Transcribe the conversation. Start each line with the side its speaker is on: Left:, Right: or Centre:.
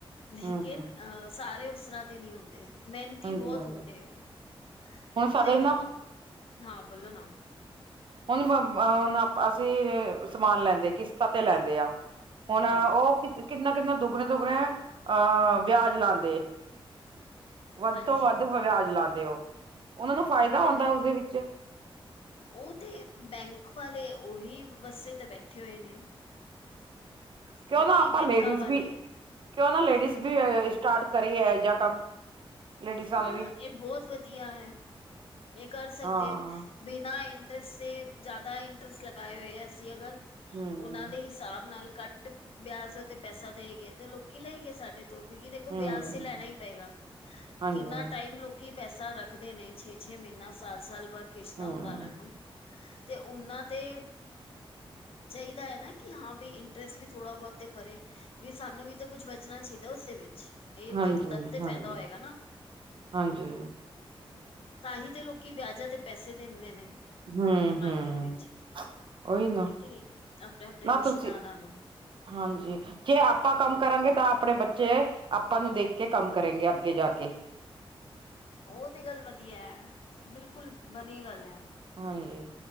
Left: ਲੇਕਿਨ
Right: ਹਮ ਹਮ
Left: ਅ ਸਾਰੇ ਉਸ ਤਰ੍ਹਾਂ ਦੇ ਨਈ ਹੁੰਦੇ। ਮਿਹਨਤੀ
Right: ਹਾਂਜੀ
Left: ਬੋਤ
Right: ਹਾਂਜੀ
Left: ਹੁੰਦੇ ਓ, ਕਿਉਂਕਿ
Right: ਹੁਣ ਸਾਡੇ
Left: ਦੇਖੋ
Right: ਨਾ
Left: ਹਾਂ ਬੋਲੋ ਨਾ।
Right: ਹੁਨ, ਹੁਣ ਅਸੀਂ ਸਮਾਨ ਲੈਂਦੇ ਕਿਸ਼ਤਾਂ ਤੇ ਲੈਂਦੇ ਆ। ਹੁਨ ਉਹ
Left: ਹਾਂਜੀ
Right: ਕਿ ਕਿੰਨਾ? ਕਿੰਨਾ ਦੁੱਗਣੇ, ਦੁੱਗਣੇ ਅਹ ਵਿਆਜ ਲਾਂਦੇ। ਵੱਧ
Left: ਹਾਂਜੀ
Right: ਤੋਂ ਵੱਧ ਵਿਆਜ ਲਾਦੇ ਓ। ਉਹਨਾਂ ਨੂੰ ਫਾਇਦਾ
Left: ਉਹ ਤੇ
Right: ਹੁੰਦਾ
Left: ਹੈ
Right: ਉਸਦੇ ਵਿੱਚ
Left: ਉਹ ਤੇ ਬੈਂਕ ਵਾਲੇ ਉਹੀ ਵੱਸੇ ਤੇ ਬੈਠੇ ਹੋਏ ਨੇ।
Right: ਕਿਉਂ
Left: ਹੈ
Right: ਨਾ
Left: ਕਿ ਨਹੀਂ
Right: ਆਪਾਂ
Left: ਬੈਂਕਾਂ
Right: ਲੇਡੀਜ਼
Left: ਵਾਲੇ
Right: ਵੀ ਕਿਉਂ, ਨਾ ਲੇਡੀਜ਼
Left: ਕਿ
Right: ਵੀ ਸਟਾਰਟ ਕਰੀ ਐ ਜਾਂ ਕੰਮ ਲੇਡੀਜ਼ਾਂ
Left: ਹਾਂ,
Right: ਨੇ ਵੀ
Left: ਹਾਂ ਇਹ ਬਹੁਤ ਵਧੀਆ ਹੈ। ਇਹ ਕਰ ਸਕਦੇ
Right: ਹਾਂ
Left: ਬਿਨਾਂ ਇ ਜਿਆਦਾ ਇੰਟਰਸਟ ਲਗਾਏ ਹੋਏ ਆ। ਅਸੀਂ ਅਗਰ
Right: ਹਮ
Left: ਓਨਾਂ ਦੇ ਹਿਸਾਬ ਨਾਲ ਘੱਟ ਵਿਆਜ ਉੱਤੇ ਪੈਸਾ ਦੇਈ ਗਏ। ਤੇ, ਲੋਕੀ ਲਈ ਗਏ ਸਾਡੇ ਕਿਉਂਕਿ ਦੇਖੋ
Right: ਹਮ
Left: ਵਿਆਜ ਤੇ ਲੈਣਾ ਹੀ ਪਏਗਾ।
Right: ਹਾਂਜੀ
Left: ਕਿੰਨਾ ਟਾਈਮ ਲੋਕੀ ਪੈਸਾ ਰੱਖਦੇ ਨੇ ਛੇ, ਛੇ ਮਹੀਨਾ ਸਾਲ, ਸਾਲ ਵਰ ਕਿਸ਼ਤ
Right: ਹਮ
Left: ਉਤਾਰਨ ਨੂੰ ਤੇ ਉਨਾਂ ਤੇ ਚਾਈਦਾ ਹੈ ਨਾ ਕਿ ਹਾਂ ਬਈ ਇੰਟਰਸਟ ਵੀ ਥੋੜਾ ਬਹੁਤ ਤੇ ਪਰੇ ਕਿ ਸਾਨੂੰ ਵੀ ਤਾਂ ਕੁਛ ਬਚਣਾ ਚਾਹੀਦਾ ਉਸਦੇ ਵਿੱਚ। ਇਹ
Right: ਹਾਂਜੀ
Left: ਤਾਂ ਤਦ ਤੇ ਫੈਦਾ
Right: ਹਾਂਜੀ
Left: ਹੋਏਗਾ ਨਾ।
Right: ਹਾਂਜੀ।
Left: ਤਾਹੀ ਤੇ ਲੋਕੀ ਵਿਆਜਾ ਤੇ ਪੈਸੇ ਦਿੰਦੇ ਨੇ।
Right: ਹੂੰ, ਹੂੰ
Left: ਮਾਰਕੀਟ ਵਿੱਚ
Right: ਓਹੀ ਨਾ
Left: ਹੈ ਕਿ ਨਹੀਂ ਆਪਣੇ ਆਪਣੇ
Right: ਨਾ
Left: ਰਿਸ਼ਤੇਦਾਰਾਂ
Right: ਤੁਸੀਂ
Left: ਨੂੰ
Right: ਹਾਂਜੀ ਜੇ ਆਪਾਂ ਕੰਮ ਕਰਾਗੇ ਤਾਂ ਆਪਣੇ ਬੱਚੇ ਬੱਚੇ ਆਪਾਂ ਨੂੰ ਦੇਖ ਕੇ ਕੰਮ ਕਰੇਂਗੇ ਅੱਗੇ ਜਾ ਕੇ।
Left: ਓਹ ਤੇ ਗੱਲ ਵਧੀਆ ਐ। ਬਿਲਕੁਲ ਵਧੀਆ ਗੱਲ ਐ।
Right: ਹਾਂਜੀ